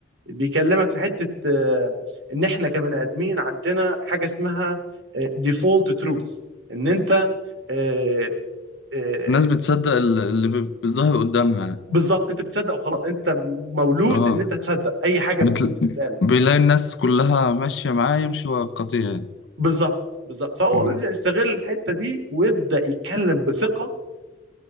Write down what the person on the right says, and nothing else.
بيكلمك في حته آه، ان احنا كبني ادمين عندنا حاجه اسمها ديفولت تروث ان انت آه، آه،
بالظبط انت بتصدق وخلاص انت مولود
ان انت تصدق اي حاجه
بت- بتتقال
بالظبط بالظبط فهو
بيبدا يستغل الحته دي ويبدا يتكلم بثقه